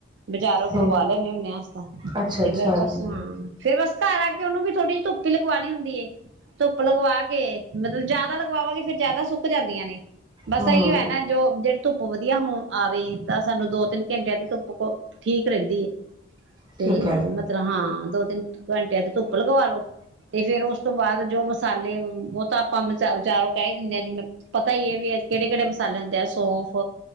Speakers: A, on the right; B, on the right.
A: ਬਜਾਰੋ ਕਰਵਾ
B: ਹਮ
A: ਲੈਨੇ ਹੁੰਨੇ ਅਸ ਤਾਂ
B: ਅੱਛਾ
A: ਤੇ
B: ਅੱਛਾ
A: ਫਿਰ
B: ਹਾਂਜੀ
A: ਬਸ ਹਾਂ ਫਿਰ ਬਸ ਹਾਲਾਂਕਿ ਉਹਨੂੰ ਵੀ ਥੋੜੀ ਧੁੱਪ ਹੀ ਲਗਵਾਉਣੀ ਹੁੰਦੀ ਹ ਧੁੱਪ ਲਗਵਾ ਕੇ ਮੈਨੂੰ ਜਿਆਦਾ ਲਗਵਾਵਾਂਗੇ ਫਿਰ ਜਿਆਦਾ ਸੁੱਕ ਜਾਂਦੀਆਂ ਨੇ ਬਸ
B: ਹਮ ਹਮ
A: ਇਹੀ ਹੈ ਨਾ ਜੋ ਧੁੱਪ ਵਧੀਆ ਹੂਣ ਆਵੇ ਤਾਂ ਸਾਨੂੰ ਦੋ ਤਿੰਨ ਘੰਟਿਆਂ ਦੀ ਧੁੱਪ ਠੀਕ ਰਹਿੰਦੀ ਐ
B: ਠੀਕ
A: ਤੇ
B: ਹੈ
A: ਮਤਲਬ ਹਾਂ ਦੋ ਤਿਨ ਘੰਟਿਆਂ ਤੇ ਧੁੱਪ ਲਗਵਾ ਲਓ ਤੇ ਫਿਰ ਉਸ ਤੋਂ ਬਾਅਦ ਜੋ ਮਸਾਲੇ ਬਹੁਤਾ ਆਪਾਂ ਚਾਰ ਉਹ ਕਹਿ ਦਿੰਦੇ ਆ ਜੀ ਪਤਾ ਹੀ ਹ ਕਿਹੜੇ ਕਿਹੜੇ ਮਸਾਲਾ ਹੁੰਦੇ ਆ ਸੋਫ